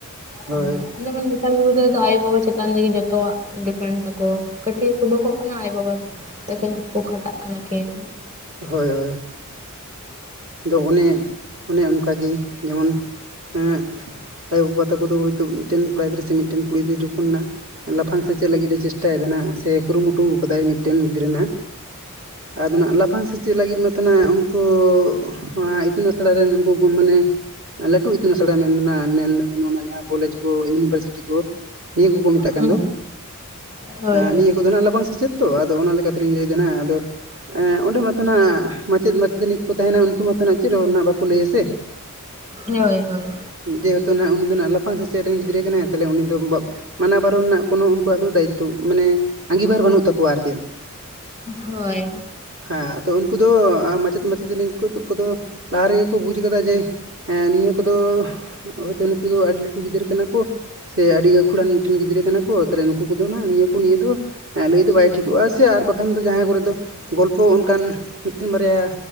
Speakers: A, on the right; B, on the right.
A: ᱦᱳᱭ
B: ᱚᱱᱟ ᱡᱮᱢᱚᱱ ᱱᱮᱛᱟᱨ ᱜᱤᱫᱽᱨᱟᱹ ᱫᱚ ᱟᱭᱳᱼᱵᱟᱵᱟ ᱪᱮᱛᱟᱱ ᱨᱮᱜᱮ ᱡᱚᱛᱚᱣᱟᱜ ᱰᱤᱯᱮᱱᱰ ᱫᱟᱠᱚ ᱠᱟᱹᱴᱤᱜ ᱨᱮᱠᱚ <unintelligible> ᱠᱟᱱᱟ ᱟᱡ ᱵᱟᱵᱟ ᱛᱟᱹᱠᱤᱱ ᱠᱚ ᱠᱷᱟᱴᱟᱜ ᱠᱟᱱᱟ ᱠᱤᱱ
A: ᱦᱳᱭ ᱦᱳᱭ ᱾ ᱫᱚ ᱚᱱᱮ ᱚᱱᱮ ᱚᱱᱠᱟᱜᱮ ᱡᱮᱢᱚᱱ ᱮᱜ ᱟᱭᱳᱵᱟᱵᱟ ᱛᱟᱠᱚ ᱫᱚ ᱦᱳᱭᱛᱳ ᱢᱤᱫᱴᱮᱱ ᱠᱚᱲᱟ ᱜᱤᱫᱽᱨᱟᱹ ᱥᱮ ᱢᱤᱫᱴᱮᱱ ᱠᱩᱲᱤ ᱜᱤᱫᱽᱨ ᱡᱚᱠᱷᱚᱱᱟᱜ ᱞᱟᱯᱷᱟᱝ ᱥᱮᱪᱮᱜ ᱞᱟᱹᱜᱤᱫ ᱮ ᱪᱮᱥᱴᱟᱭᱮᱫᱟ ᱱᱟᱜ ᱥᱮ ᱠᱩᱨᱩᱢᱩᱴᱩ ᱠᱟᱫᱟᱭ ᱢᱤᱫᱴᱮᱱ ᱜᱤᱫᱽᱨᱟᱹ ᱱᱟᱜ ᱟᱫᱚ ᱱᱟᱜ ᱞᱟᱯᱷᱟᱝ ᱥᱮᱪᱮᱜ ᱞᱟᱹᱜᱤᱫ ᱢᱟᱛᱚ ᱱᱟᱜ ᱩᱝᱠᱩ ᱚᱝᱟ ᱤᱛᱩᱱ ᱟᱥᱲᱟ ᱨᱮᱱ ᱩᱱᱠᱩ ᱠᱩ ᱢᱟᱱᱮ ᱞᱟᱹᱴᱩ ᱤᱛᱩᱱ ᱟᱥᱲᱟ ᱢᱮᱱᱱᱟ <unintelligible> ᱡᱟᱦᱟᱸ ᱠᱚᱞᱮᱡᱽ ᱠᱚ ᱤᱭᱩᱱᱤᱵᱷᱟᱨᱥᱤᱴᱤ ᱠᱚ ᱱᱤᱭᱟᱹ ᱠᱚᱠᱚ ᱢᱮᱛᱟᱜ ᱠᱟᱱ
B: ᱦᱩᱸ
A: ᱫᱚ
B: ᱦᱳᱭ
A: ᱟ
B: ᱦᱳᱭ
A: ᱱᱤᱭᱟᱹ ᱠᱚᱫᱚ ᱱᱟᱜ ᱞᱟᱯᱷᱟᱝ ᱥᱮᱪᱮᱫ ᱛᱚ ᱟᱫᱚ ᱚᱱᱟ ᱞᱮᱠᱟᱛᱮᱞᱤᱧ ᱞᱟᱹᱭᱫᱟ ᱱᱟᱜ ᱟᱫᱚ ᱟ ᱚᱸᱰᱮ ᱢᱟᱛᱚ ᱱᱟᱜ ᱢᱟᱪᱮᱫ ᱢᱟᱪᱮᱛᱟᱱᱤ ᱠᱚ ᱛᱟᱦᱮᱱᱟ ᱩᱱᱠᱩ ᱢᱟᱛᱷᱟ ᱱᱟᱜ ᱪᱮᱜ ᱨᱮᱦᱚ ᱱᱟᱜ ᱵᱟᱠᱚ ᱞᱟᱹᱭᱟ ᱥᱮ
B: ᱦᱳᱭ ᱦᱳᱭ
A: ᱡᱮᱦᱮᱛᱩ ᱱᱟᱜ ᱩᱱᱤ ᱫᱚ ᱟᱜ ᱞᱟᱯᱷᱟᱝ ᱥᱮᱪᱮᱫ ᱨᱮᱱ ᱜᱤᱫᱽᱨᱟᱹ ᱠᱟᱱᱟᱭ ᱛᱟᱦᱚᱞᱮ ᱩᱱᱤ ᱫᱚ ᱵᱟ ᱢᱟᱱᱟ ᱵᱟᱨᱚᱱ ᱨᱮᱱᱟᱜ ᱠᱳᱱᱚ ᱩᱱᱠᱩᱣᱟᱜ ᱫᱚ ᱫᱟᱭᱤᱛᱚ ᱢᱟᱱᱮ ᱟᱸᱜᱤᱵᱷᱟᱨ ᱵᱟᱹᱱᱩᱜ ᱛᱟᱠᱚᱣᱟ ᱟᱨ ᱪᱮᱫ
B: ᱦᱳᱭ
A: ᱦᱮᱸ ᱟᱫᱚ ᱩᱱᱠᱩ ᱫᱚ ᱢᱟᱪᱮᱫ ᱢᱟᱪᱮᱛᱟᱹᱱᱤ ᱠᱚᱫᱚ ᱞᱟᱦᱟ ᱨᱮᱜᱮ ᱠᱚ ᱵᱩᱡ ᱠᱟᱫᱟ ᱡᱮ ᱦᱮᱸ ᱱᱤᱭᱟᱹ ᱠᱚᱫᱚ ᱦᱚᱭᱛᱚ ᱱᱩᱠᱩ ᱫᱚ ᱟᱹᱰᱤ ᱞᱟᱹᱴᱩ ᱜᱤᱫᱽᱨᱟᱹ ᱠᱟᱱᱟ ᱠᱚ ᱥᱮ ᱟᱹᱰᱤ ᱠᱷᱩᱲᱟᱱ ᱢᱤᱫᱴᱮᱱ ᱜᱤᱫᱽᱨᱟᱹ ᱠᱟᱱᱟ ᱠᱚ ᱛᱟᱦᱞᱮ ᱱᱩᱠᱩ ᱠᱚᱫᱚ ᱦ ᱱᱤᱭᱟᱹ ᱠᱚ ᱱᱤᱭᱟᱹ ᱫᱚ ᱮᱸ ᱱᱩᱭ ᱫᱚ ᱵᱟᱭ ᱴᱷᱤᱠᱚᱜᱼᱟ ᱥᱮ ᱟᱨ ᱵᱟᱠᱷᱟᱱ ᱫᱚ ᱡᱟᱦᱟᱸ ᱠᱚᱨᱮᱜ ᱫᱚ ᱜᱚᱞᱯᱚ ᱚᱱᱠᱟᱱ ᱢᱤ ᱢᱤᱫᱴᱮᱱ ᱵᱟᱨᱭᱟ